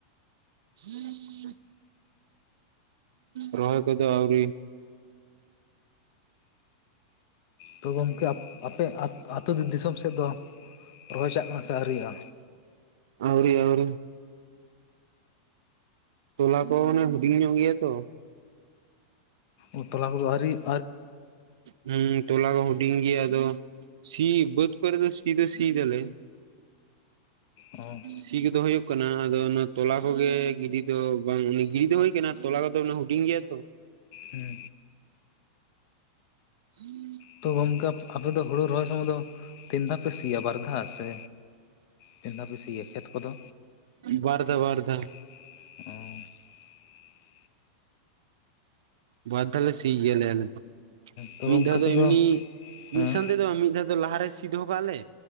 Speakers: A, on the right; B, on the left.
A: ᱦᱮᱸ <inaudible> ᱨᱚᱦᱚᱭ ᱠᱚᱫᱚ ᱟᱣᱨᱤ᱾
B: ᱛᱚ ᱜᱚᱝᱠᱮ ᱟᱯ ᱟᱯᱮᱼᱼ ᱟᱹᱛᱩ ᱫᱤᱥᱚᱢ ᱥᱮᱫ ᱫᱚ ᱨᱚᱦᱚᱭ ᱪᱟᱜ ᱠᱟᱱᱟ ᱥᱮ ᱟᱣᱨᱤᱭᱟ?
A: ᱟᱹᱣᱨᱤ ᱟᱹᱣᱨᱤ ᱛᱚᱞᱟ ᱠᱚ ᱚᱱᱮ ᱦᱩᱰᱤᱧ ᱧᱚᱜ ᱜᱮᱭᱟ ᱛᱚ᱾
B: ᱚ ᱛᱚᱞᱟ ᱠᱚᱫᱚ ᱟᱹᱣᱨᱤᱭᱟᱜᱼᱼ
A: ᱦᱮᱸ ᱦᱮ <inaudible> ᱦᱩᱸ ᱛᱚᱞᱟ ᱠᱚ ᱦᱩᱰᱤᱧ ᱜᱮᱭᱟ ᱟᱫᱚ ᱥᱤ ᱵᱟᱹᱫᱽ ᱠᱚᱨᱮ ᱫᱚ ᱥᱤ ᱫᱚ ᱥᱤ ᱫᱟᱞᱮ᱾
B: ᱚ
A: ᱥᱤ ᱠᱚᱫᱚ ᱦᱳᱭᱳᱜ ᱠᱟᱱᱟ ᱟᱫᱚ ᱚᱱᱟ ᱛᱚᱞᱟ ᱠᱚᱜᱮ ᱜᱤᱰᱤ ᱫᱚ ᱵᱟᱝ ᱜᱤᱬᱤ ᱫᱚ ᱦᱳᱭ ᱠᱟᱱᱟ᱾ ᱛᱚᱞᱟ ᱠᱚᱫᱚ ᱚᱱᱟ ᱦᱩᱰᱤᱧ ᱜᱮᱭᱟ ᱛᱚ᱾
B: ᱦᱮᱸ
A: ᱦᱩᱸ <inaudible>
B: ᱛᱚ ᱜᱚᱝᱠᱮ ᱟᱯᱮ ᱫᱚ ᱦᱩᱲᱩ ᱨᱚᱦᱚᱭ ᱥᱚᱢᱚᱭ ᱫᱚ ᱛᱤᱱ ᱫᱷᱟᱣ ᱯᱮ ᱥᱤᱭᱟ ᱵᱟᱨ ᱫᱷᱟ ᱥᱮ? ᱛᱤᱱ ᱫᱷᱟ ᱯᱮ ᱥᱤᱭᱟ ᱠᱷᱮᱛ ᱠᱚᱫᱚ?
A: ᱵᱟᱨ ᱫᱷᱟ ᱵᱟᱨ ᱫᱷᱟ᱾
B: <inaudible>
A: ᱵᱟᱨ ᱫᱷᱟ ᱞᱮ ᱥᱤ ᱜᱮ ᱞᱮ ᱟᱞᱮ ᱦᱚᱸ᱾
B: ᱛᱚ
A: ᱢᱤᱫ
B: ᱜᱚᱢᱠᱮ
A: ᱫᱷᱟ
B: ᱟᱯᱮ
A: ᱫᱚ ᱮᱢᱱᱤ
B: ᱦᱮᱸ
A: ᱢᱤᱫ ᱥᱟᱱ ᱛᱮ ᱫᱚ ᱵᱟᱝ ᱢᱤᱫ ᱫᱷᱟᱣ ᱫᱚ ᱞᱟᱦᱟ ᱨᱮ ᱥᱤᱼᱼ ᱥᱤ ᱫᱚᱦᱚ ᱠᱟᱜ ᱟᱞᱮ